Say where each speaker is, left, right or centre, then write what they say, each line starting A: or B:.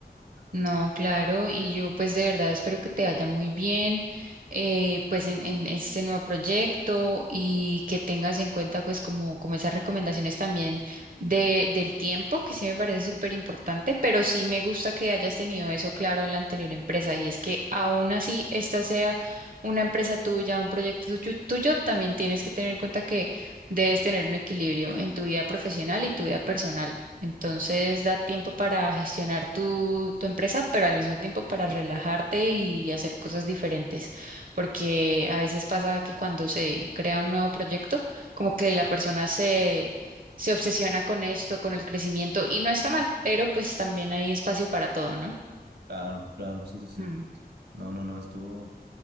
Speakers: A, on the right (about 55°); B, on the right (about 80°).
A: No, claro, y yo pues de verdad espero que te vaya muy bien eh, pues en, en este nuevo proyecto y que tengas en cuenta pues como, como esas recomendaciones también de, del tiempo, que sí me parece súper importante, pero sí me gusta que hayas tenido eso claro en la anterior empresa y es que aún así esta sea una empresa tuya, un proyecto tuyo, tuyo, también tienes que tener en cuenta que debes tener un equilibrio en tu vida profesional y tu vida personal. Entonces da tiempo para gestionar tu, tu empresa, pero al mismo tiempo para relajarte y hacer cosas diferentes, porque a veces pasa que cuando se crea un nuevo proyecto, como que la persona se, se obsesiona con esto, con el crecimiento, y no está mal, pero pues también hay espacio para todo, ¿no?
B: Claro, claro, sí, sí, sí.
A: Mm.
B: No, no, no, estuvo.